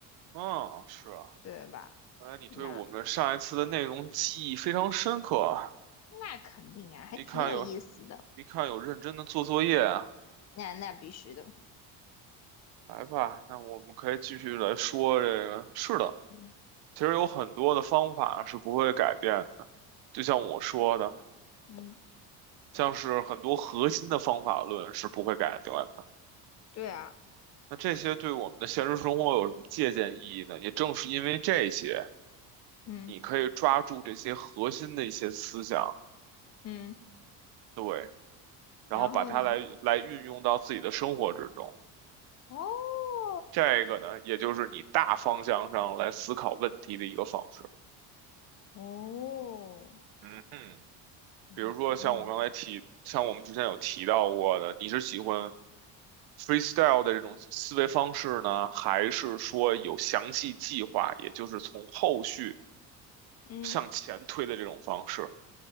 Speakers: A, on the right (about 70°); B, on the left (about 40°).
A: 嗯，是啊，
B: 对吧？
A: 看来你对我们上一次的内容记忆非常深刻啊。
B: 那那肯定啊，还挺有意思的。
A: 一看有，一看有认真的做作业啊。
B: 那那必须的，
A: 来吧，那我们可以继续来说这个。是的，
B: 嗯
A: 其实有很多的方法是不会改变的，就像我说的。
B: 嗯，
A: 像是很多核心的方法论是不会改变的。
B: 对啊，
A: 那这些对我们的现实生活有什么借鉴意义呢？也正是因为这些，
B: 嗯
A: 你可以抓住这些核心的一些思想，
B: 嗯，
A: 对，然后把它来来运用到自己的生活之中。
B: 然后呢？哦，
A: 这个呢，也就是你大方向上来思考问题的一个方式。
B: 哦，
A: 嗯哼。
B: 嗯嗯，
A: 比如说像我刚才提，像我们之前有提到过的，你是喜欢 freestyle 的这种思维方式呢，还是说有详细计划，也就是从后续
B: 嗯，
A: 向前推的这种方式？